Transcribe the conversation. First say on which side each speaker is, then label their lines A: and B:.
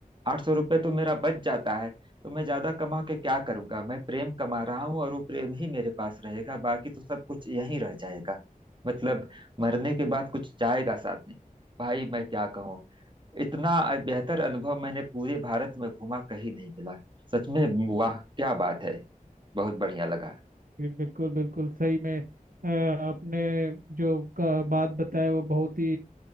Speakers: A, on the right; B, on the right.
A: आठ सौ रुपये तो मेरा बच जाता है तो मैं ज्यादा कमा के क्या करूंगा मैं प्रेम कमा रहा हूँ और वो प्रेम ही मेरे पास रहेगा बाकी तो सब कुछ यहीं रह जाएगा मतलब मरने के बाद कुछ जाएगा साथ में भाई मैं क्या कहूँ इतना बेहतर अनुभव मैंने पूरे भारत में घुमा कहीं नहीं मिला सच में वाह क्या बात है बहुत बढ़िया लगा
B: जी बिल्कुल बिल्कुल सही में अ, आपने जो का बात बताया वो बहुत ही